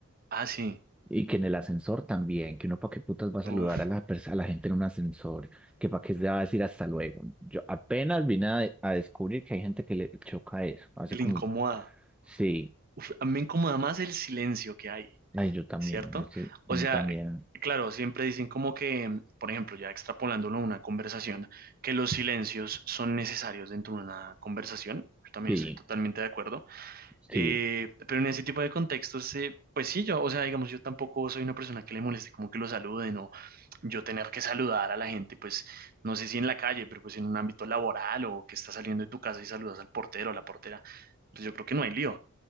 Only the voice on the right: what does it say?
Ah, sí.
Uf,
el
incomoda.
Uf, a mí me incomoda más el silencio que hay,
¿cierto?
O
sea,
claro, siempre dicen como que, mm, por ejemplo, ya extrapolándolo a una conversación, que los silencios son necesarios dentro de una conversación. Yo también
estoy totalmente de acuerdo
Eh, pero en ese tipo de contextos, eh, pues sí, yo, o sea, digamos, yo tampoco soy una persona que le moleste como que lo saluden o yo tener que saludar a la gente, pues no sé si en la calle, pero pues en un ámbito laboral o que estás saliendo de tu casa y saludas al portero o la portera, pues yo creo que no hay lío.